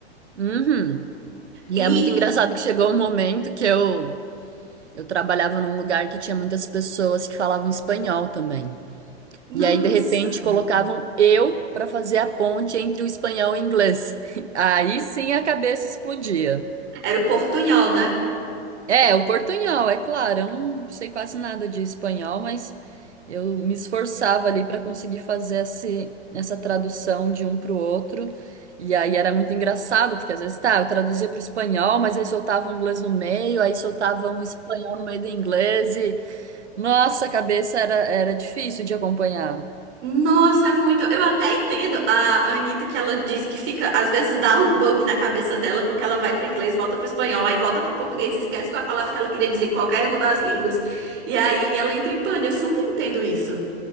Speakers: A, on the right; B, on the right.
A: Uhum. E
B: E,
A: é muito engraçado que chegou um momento que eu, eu trabalhava num lugar que tinha muitas pessoas que falavam espanhol também.
B: nossa,
A: E aí, de repente, colocavam eu para fazer a ponte entre o espanhol e o inglês. <laughs> Aí sim a cabeça explodia.
B: era o portunhol, né?
A: É, o portunhol, é claro, eu não sei quase nada de espanhol, mas eu me esforçava ali para conseguir fazer esse- essa tradução de um para o outro. E aí era muito engraçado, porque às vezes, tá, eu traduzia para o espanhol, mas aí soltava o inglês no meio, aí soltava um espanhol no meio do inglês e, nossa, a cabeça era, era difícil de acompanhar.
B: Nossa, é muito. Eu até entendo a Anitta que ela diz que fica, às vezes dá um bug na cabeça dela, porque ela vai pro inglês, volta pro espanhol, aí volta pro português, e esquece qual é a palavra que ela queria dizer em qualquer uma das línguas. E aí ela entra em pane. Eu super entendo isso.